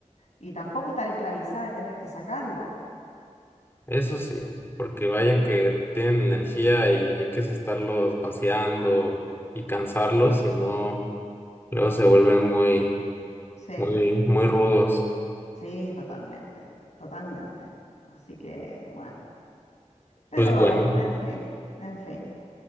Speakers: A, on the left (about 65°); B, on the left (about 20°).
A: Y tampoco estar esclavizada de tener que sacarlo.
B: Eso sí, porque vaya que tienen energía y hay que estarlos paseando y cansarlos, si no, luego se vuelven muy
A: Sí,
B: Muy, muy rudos.
A: sí, totalmente, totalmente. Así que, bueno, pero,
B: Pues bueno,
A: en fin, en fin.